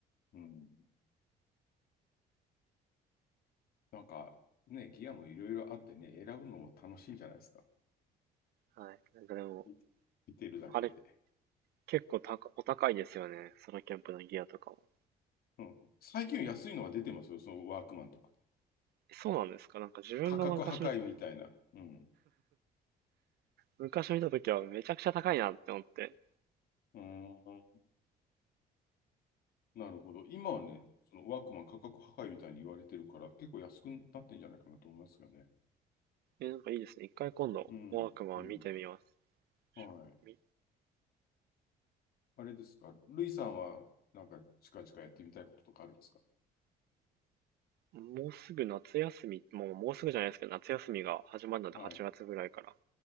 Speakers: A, on the left; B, on the right.
A: うん。なんか、ね、ギアもいろいろあってね、選ぶのも楽しいんじゃないですか。
B: はい。なんかでも、
A: 見見てるだけで。
B: あれ、結構たかお高いですよね。ソロキャンプのギアとかも。
A: うん。最近安いのが出てますよ、そのワークマンとか。
B: えそうなんですかなんか自分が昔見て、
A: 価格破壊みたいな。うん。
B: 昔見た時はめちゃくちゃ高いなって思って。
A: うーん。なるほど。今はね、そのワークマン価格破壊みたいに言われてるから、結構安くなってんじゃないかなと思いますよね。
B: え、なんかいいですね。一回今度、
A: うん。
B: ワークマン見てみます。
A: うん。はい。
B: しょみ
A: あれですか。ルイさんは、なんか近々やってみたいこととかあるんですか
B: もうすぐ夏休み、もう、もうすぐじゃないですけど、夏休みが始まるので8月ぐらいから。
A: はい。